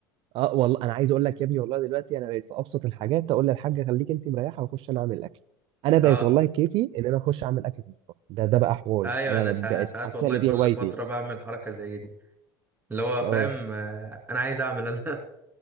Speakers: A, on the right (about 55°); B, on the right (about 20°).
A: اه والله انا عايز اقول لك يا ابني والله دلوقتي انا بقيت في ابسط الحاجات اقول للحاجه خليك انت مريحه واخش انا اعمل الاكل انا بقيت
B: اه
A: والله كيفي ان انا اخش اعمل اكل في المطبخ ده ده بقى حواري
B: ايوه
A: انا
B: انا ساعات,
A: بقيت
B: ساعات
A: حاسس
B: والله
A: ان
B: كل
A: دي هوايتي
B: فترة بعمل حركة زي دي اللي هو
A: اه
B: فاهم آه، انا عايز اعمل انا